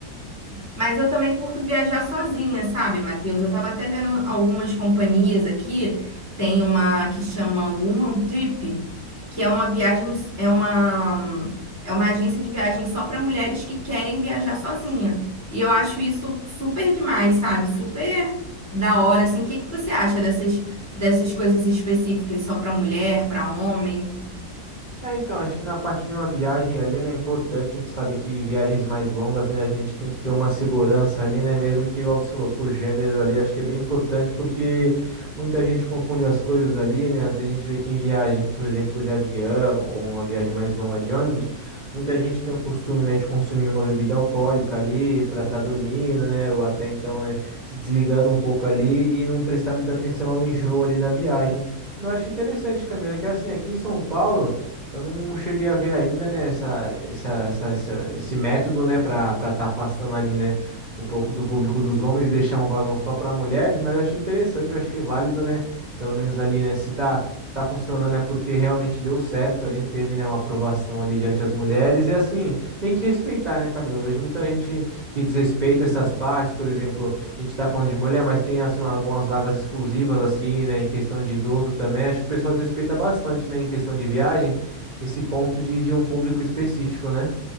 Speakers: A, on the left (about 20°); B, on the right (about 40°).
A: Mas eu também curto viajar sozinha, sabe, Matheus? Eu tava até vendo algumas companhias aqui. Tem uma que chama Woman Trip, que é uma viagem, é uma, é uma agência de viagem só para mulheres que querem viajar sozinha. E eu acho isso super demais, sabe? Super da hora, assim. O que que você acha dessas, dessas coisas específicas só para mulher, para homem?
B: É, então, acho que na parte de uma viagem ali, né, é importante, a gente sabe que viagens mais longas, né, a gente tem que ter uma segurança ali, né, mesmo que, igual você falou, por gênero ali, acho que é bem importante porque muita gente confunde as coisas ali, né, às vezes a gente vê que em viagens, por exemplo, de avião ou uma viagem mais longa de ônibus, muita gente tem o costume, né, de consumir uma bebida alcoólica ali para estar dormindo, né, ou até então, né, se desligando um pouco ali e não prestar muita atenção ao enjoo ali da viagem. Eu acho interessante, Camila, que assim, aqui em São Paulo, eu não cheguei a ver ainda, né, essa, essa, essa, essa- esse método, né, para para estar afastando ali, né, um pouco do público dos homens e deixar um vagão só para mulheres, mas eu achei interessante, eu acho que é válido, né, pelo menos ali, né, se tá, se tá funcionando é porque realmente deu certo ali, teve, né, uma aprovação ali diante as mulheres e assim, tem que respeitar, né, Camilo? Eu vejo muita gente que desrespeita essas partes, por exemplo, a gente tá falando de mulher, mas tem, assim, algumas vagas exclusivas, assim, né, em questão de idoso também, acho que o pessoal desrespeita bastante, né, em questão de viagem, esse ponto de, de um público específico, né?